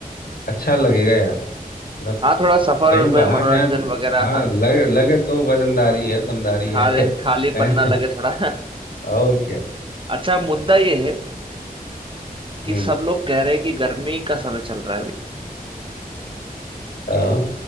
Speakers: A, on the left; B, on the right.
A: अच्छा लगेगा यार मतलब
B: हाँ थोड़ा सफर
A: कहीं बाहर
B: में मनोरंजन
A: जाए तो
B: वगैरह
A: हाँ
B: हाँ
A: लगे लगे तो वजनदारी है दमदारी
B: खा
A: है, <laughs>
B: खालीपन
A: हैं?
B: ना लगे थोड़ा
A: और क्या
B: <laughs> अच्छा मुद्दा ये है कि
A: हम्म
B: सब लोग कह रहे हैं कि गर्मी का समय चल रहा है अभी
A: अ,